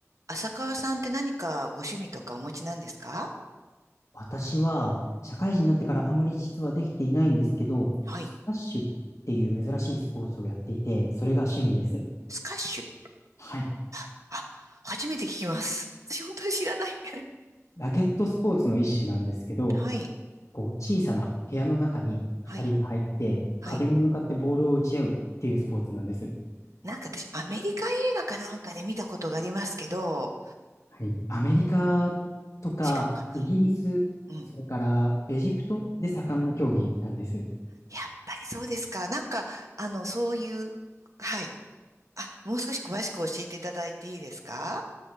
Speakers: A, on the right; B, on the left.
A: 浅川さんって何かご趣味とかお持ちなんですか
B: 私は社会人になってからあまり実はできていないんですけど、
A: はい。
B: スカッシュっていう珍しいスポーツをやっていて、それが趣味です。
A: スカッシュ。
B: はい。
A: はい。あ、初めて聞きます。私本当に知らない。<laughs>
B: ラケットスポーツの一種なんですけど、
A: はい。
B: こう小さな部屋の中に2人が入って、
A: はい。はい。
B: 壁に向かってボールを打ち合うっていうスポーツなんです。
A: なんか私、アメリカ映画かなんかで見たことがありますけど、
B: はい。アメリカとかイギリス、
A: 違うか。うん。うん。
B: それからエジプトで盛んな競技なんです。
A: やっぱりそうですか。なんか、あの、そういう、はい。あ、もう少し詳しく教えていただいていいですか